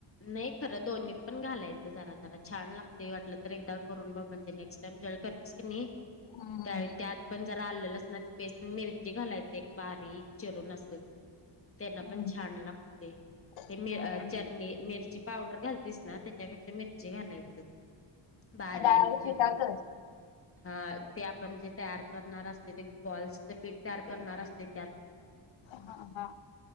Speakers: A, on the left (about 25°); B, on the left (about 70°).
A: नाय खरं दोन्हीपण घालायचं जरा जरा छान लागतंय वाटलं तर एकदा करून बघ म्हणजे नेक्स्ट टाईम ज्यावेळेला कर तसं कणी
B: हम्म
A: त्यावेळी त्यात पण जरा आलं-लसणाची पेस्ट, मिरची घालायच एक बारीक चिरून असं. त्यांना
B: हम्म
A: पण छान लागते, ते
B: हम्म
A: मी अं
B: हम्म.
A: चटणी मिरची पावडर घालतीस ना त्याच्यापेक्षा मिरची घालायचं. बारीक
B: डाळ पिठातच
A: चिरून. हा ते आपण जे तयार करणार असते ते बॉल्सच पीठ तयार करणार असतय त्यात <inaudible>
B: हा हा.